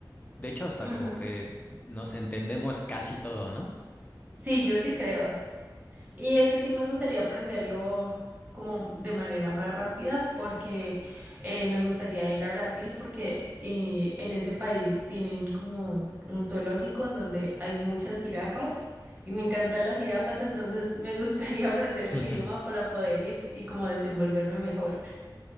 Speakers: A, on the left; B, on the right.
A: De hecho, hasta
B: Ujú.
A: como que nos entendemos casi todo, ¿no?
B: Sí, yo sí creo. Y ese sí me gustaría aprenderlo como de manera más rápida porque eh, me gustaría ir a Brasil porque eh, en ese país tienen como un zoológico en donde hay muchas jirafas y me encantan las jirafas, entonces me gustaría <laughs> aprender
A: <laughs>
B: el idioma para poder ir y como desenvolverme mejor